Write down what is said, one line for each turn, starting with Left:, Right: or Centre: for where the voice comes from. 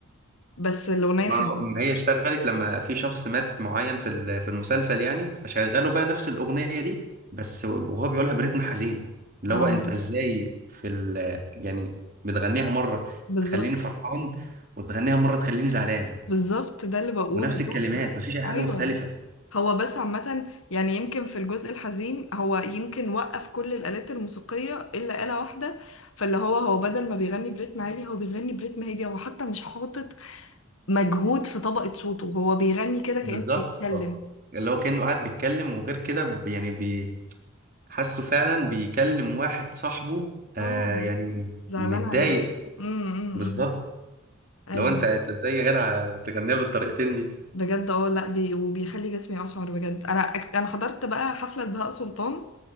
Left: بس الأغنية
Right: ما
Left: حلوة
Right: ما هي اشتغلت لما في شخص مات معين في ال- في المسلسل يعني فشغلوا بقى نفس الأغنية دي بس وهو بيقولها برتم حزين اللي
Left: اه
Right: هو انت ازاي في ال يعني بتغنيها مرة
Left: بالظبط
Right: تخليني فرحان وتغنيها مرة تخليني زعلان
Left: بالظبط ده اللي بقوله
Right: ونفس الكلمات
Left: تحفة
Right: مفيش أي حاجة
Left: أيوة
Right: مختلفة
Left: هو بس عامة يعني يمكن في الجزء الحزين هو يمكن وقف كل الآلات الموسيقية إلا آلة واحدة فاللي هو هو بدل ما بيغني بريتم عالي هو بيغني بريتم هادي هو حتى مش حاطط مجهود في طبقة صوته هو بيغني كده كأنه
Right: بالظبط
Left: بيتكلم
Right: اه. اللي هو كأنه قاعد بيتكلم وغير كده ب- يعني بي- حاسه فعلا بيكلم واحد صاحبه آه
Left: اه
Right: يعني
Left: زعلان
Right: متضايق
Left: عليه امم أمم.
Right: بالظبط
Left: إمم. ايوه
Right: لو انت انت ازاي يا جدع بتغنيها بالطريقتين دي
Left: بجد اه لا بي وبيخلي جسمي اشعر بجد انا أك- انا حضرت بقى حفله بهاء سلطان